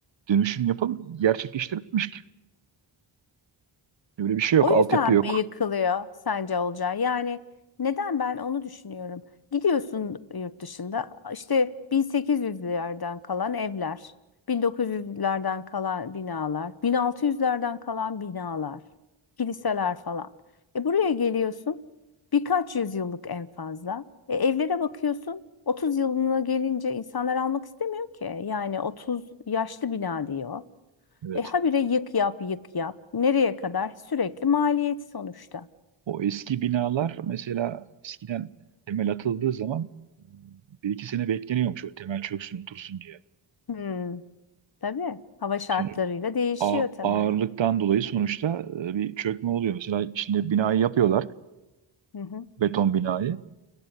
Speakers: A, on the right; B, on the left.
A: dönüşüm yapım gerçekleştirilmiş ki. Öyle bir şey yok,
B: O
A: altyapı
B: yüzden
A: yok.
B: mi yıkılıyor sence Olcay? Yani neden ben onu düşünüyorum. Gidiyorsun yurt dışında işte 1800'lerden kalan evler, 1900'lerden kalan binalar, 1600'lerden kalan binalar, kiliseler falan. E buraya geliyorsun birkaç yüzyıllık en fazla. E evlere bakıyorsun 30 yılına gelince insanlar almak istemiyor ki. Yani 30 yaşlı bina diyor.
A: Evet.
B: E habire yık yap yık yap. Nereye kadar? Sürekli maliyet sonuçta.
A: O eski binalar mesela eskiden temel atıldığı zaman bir iki sene bekleniyormuş o temel çöksün otursun diye.
B: Hmm, tabii. Hava şartlarıyla
A: Sonra
B: değişiyor
A: a-
B: temel.
A: ağırlıktan dolayı sonuçta e, bir çökme oluyor. Mesela şimdi binayı yapıyorlar,
B: Hı hı,
A: beton binayı.